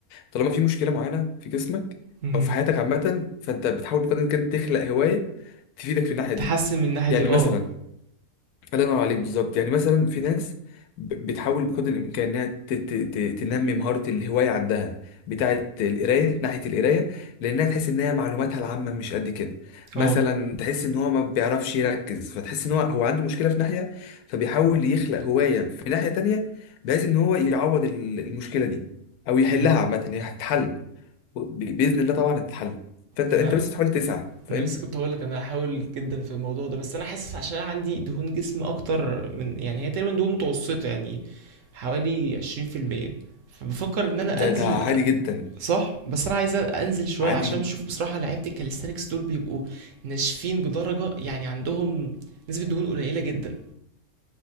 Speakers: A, on the left; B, on the right.
A: طالما في مشكله معينه في جسمك
B: مهم.
A: او في حياتك عامه فانت بتحاول بقدر الامكان تخلق هوايه تفيدك في الناحيه دي
B: تحسن من الناحية
A: يعني
B: دي اه
A: مثلا الله ينور عليك بالظبط يعني مثلا في ناس ب- بتحاول بقدر الامكان انها ت- ت- ت- تنمي مهاره الهوايه عندها بتاعه القرايه ناحيه القرايه لانها تحس ان هي معلوماتها العامه مش قد كده مثلا
B: اه
A: تحس ان هو ما بيعرفش يركز فتحس ان هو هو عنده مشكله في ناحيه فبيحاول يخلق هوايه في ناحيه تانية بحيث ان هو يعوض ال- المشكله دي او يحلها
B: مم.
A: عامه هي هتتحل ب- باذن الله طبعا هتتحل فانت
B: انا
A: انت بس تحاول تسعى فاهم
B: انا لسه كنت هقول لك انا هحاول جدا في الموضوع ده بس انا حاسس عشان انا عندي دهون جسم اكتر من يعني هي تقريبا دهون متوسطة يعني حوالي 20% فبفكر ان انا
A: ده
B: انزل
A: ده عادي جدا
B: صح بس انا عايز انزل شويه
A: عادي
B: عشان
A: جدا
B: بشوف بصراحه لعيبه الكاليستانكس دول بيبقوا ناشفين بدرجه يعني عندهم نسبه دهون قليله جدا